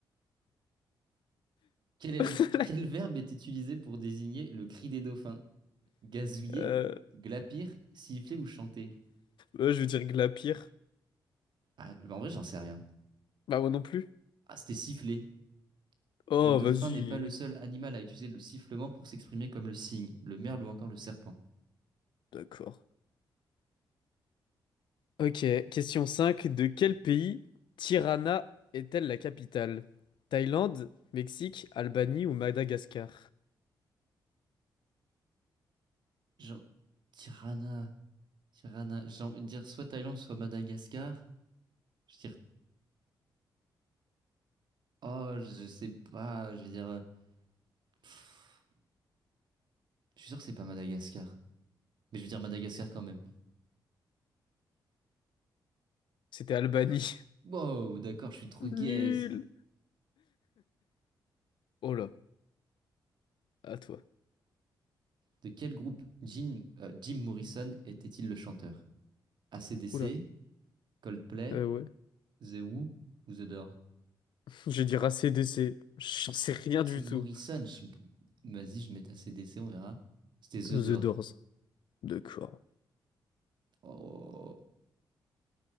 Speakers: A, on the right; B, on the left.
A: Quel est
B: <laughs>
A: le- quel verbe est utilisé pour désigner le cri des dauphins? Gazouiller,
B: Euh,
A: glapir, siffler ou chanter?
B: Euh, je veux dire Glapir.
A: Ah, bah en vrai, j'en sais rien.
B: Bah moi non plus.
A: Ah, c'était siffler.
B: Oh,
A: Le dauphin
B: vas-y.
A: n'est pas le seul animal à utiliser le sifflement pour s'exprimer comme le cygne, le merle ou encore le serpent.
B: D'accord. Ok, question 5. De quel pays Tirana est-elle la capitale? Thaïlande, Mexique, Albanie ou Madagascar?
A: Jean... Tirana. Tirana. J'ai envie de dire soit Thaïlande, soit Madagascar. Je dis Oh, je sais pas, je veux dire. euh, pff, je suis sûr que c'est pas Madagascar. Mais je veux dire Madagascar quand même.
B: C'était Albanie.
A: Wow, d'accord, je suis trop
B: <laughs>
A: gaze.
B: Nul. Oh là, à toi.
A: De quel groupe Jim, euh, Jim Morrison était-il le chanteur? AC/DC,
B: Oula.
A: Coldplay,
B: Euh, ouais.
A: The Who ou The Door?
B: <laughs> Je vais dire ACDC. J'en sais rien du
A: Jim Morrison,
B: tout.
A: je- vas-y, je mets AC/DC, on verra. C'était The
B: The
A: Door.
B: Doors. D'accord.
A: Oh,